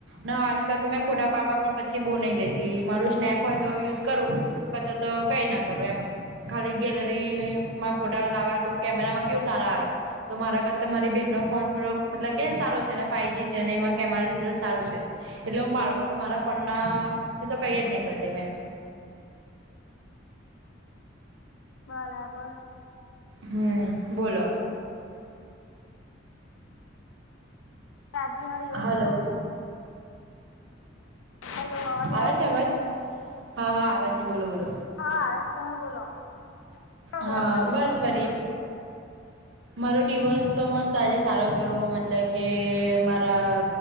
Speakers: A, on the right; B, on the left.
A: ના આજકાલ તો મેં ફોટા પાડવા પણ પછી બહુ નહી લેતી મારું સ્નેપ હોય તો યુઝ કરું કાતો તો કઈ ના કરું એમ ખાલી ગેલેરીમાં ફોટા લાવવા તો કેમેરામાં કેવું સારા આવે તો મારા કરતાં મારી બેનનો ફોન થોડોક મતલબ કે સારો છે ને ફાઈવ જી છે ને એમાં કે મારા રિઝલ્ટ સારું છે એટલે હું પાડું પર તમારા ફોનના થી તો કઈ જ નહી કરતી મેં
B: બરાબર
A: હમ્મ બોલો
B: આજના દિવસ
A: હલો
B: હેલો અવાજ
A: આવે છે અવાજ
B: તમને
A: હા હા આવે છે બોલો બોલો
B: હા આવેછે તમે બોલો કેવો
A: હા
B: ગયો અમારો દિવસ
A: બસ
B: આજનો
A: વરી મારો દિવસ તો મસ્ત આજે સારો ગયો મતલબ કે મારા